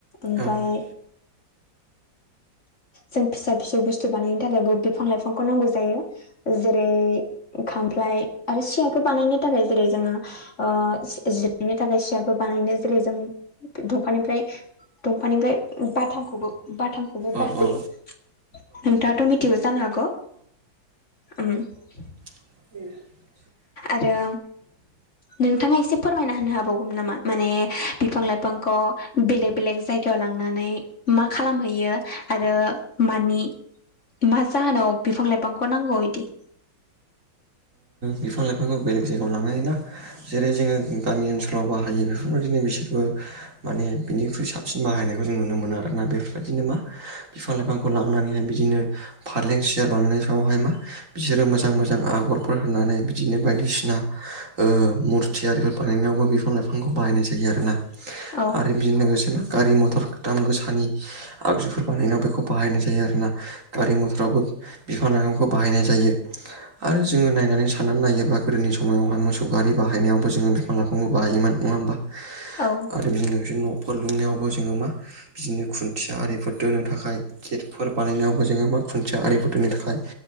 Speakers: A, on the left; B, on the right.
A: ओमफाय।
B: औ
A: जों फिसा फिसौ बुस्थु बानायनो थाखायबो बिफां लाइफांखौ नांगौ जायो। जेरै खामफ्लाय आरो सियारफोर बानायनो थाखाय जेरै जोङो। ओ जि-जिरायनो थाखाय सियारबो बानायनो जेरै जों दंफानिफ्राय दंफांनिफ्राय बाथामखौबो बाथामखौबो
B: औ
A: बाहयो
B: औ
A: नोंथाङाथ' मि थियो जानो हागौ उ
B: <inaudible>
A: आरो नोंथाङा एसे फोरमायना होनो हाबावगौमोन नामा माने बिफां-लाइफांखौ बेलेग बेलेक जायगायाव लांनानै मा खालामहैयो आरो मानि मा जाहोनाव बिफां-लाइफांखौ नांगौ बिदि
B: बिफां-लाइफांखौ बेलेग जायगायाव लांनो हला जेरै जोङो गामि ओनसोलाव बाहायो बेफोरबायदिनो बिसोरबो माने बिनिख्रुइ साबसिन बाहायनायखौ जों नुनो मोनो आरोना बेफोरबायदिनो मा बिफां-लाइफांखौ लांनानैहाय बिदिनो फालें सियार बानायनाय समावहाय मा बिसोरो मोजां मोजां आगरफोर होनानै। बिदिनो बायदिसिना ओ मुरथि आरिफोर बानायनायावबो बिफां लाइफांखौ बाहायनाय जायो आरोना।
A: औ
B: आरो बेजों लोगोसे गारि मथर दाम गोसानि आगजुफोर बानायनायाव बेखौ बाहायनाय जायो आरोना गारि मथरावबो। बिफां-लाइफांखौ बाहायनाय जायो आरो जोङो नायनानै सान्नानै नायोबा गोदोनि समावहाय मोसौ गारि बाहायनायावबो जोङो बिफां-लाइफांनो बाहायोमोन नङा होमबा।
A: औ
B: आरो बे लोगोसे न'फोर लुंनायावबो जोङो मा बिदिनो खुन्थिया आरिफोर दोननो थाखाय गेटफोर बानायनायावबो जोङो मा खुन्थिया आरिफोर दोननो थाखाय